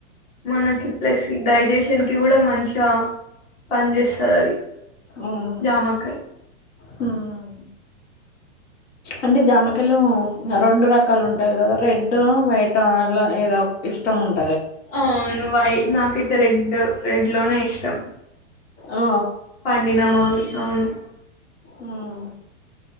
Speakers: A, on the left (about 20°); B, on the left (about 65°).
A: మనకి ప్లస్ డైజెషన్ కి కూడా మంచిగా పని చేస్తారు అది
B: అవును.
A: జామకాయ
B: హ్మ్. అంటే జామకాలు రెండు రకాలు ఉంటాయి కదా రెడ్ వైట్ ఇలా ఏదో ఇష్టం ఉంట
A: ఆ నువ్యి నా ఇతే రెడ్ రెడ్ లోనే ఇష్టం
B: ఆ
A: పండిన మావి అవును
B: మ్మ్